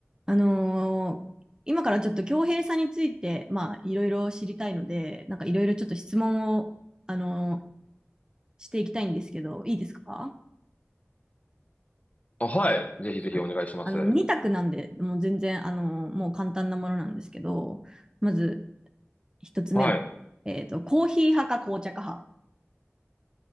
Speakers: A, on the right (about 15°); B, on the left (about 30°).
A: あのー今からちょっと恭平さんについて、まあ、いろいろ知りたいので、なんかいろいろちょっと質問を、あのーしていきたいんですけど、いいですか
B: あ、はい。ぜひぜひお願いします。
A: はいあの、2択なんで、もう全然、あのーもう簡単なものなんですけど、まず1つ目は、
B: はい。
A: えっと、コーヒー派か紅茶か派。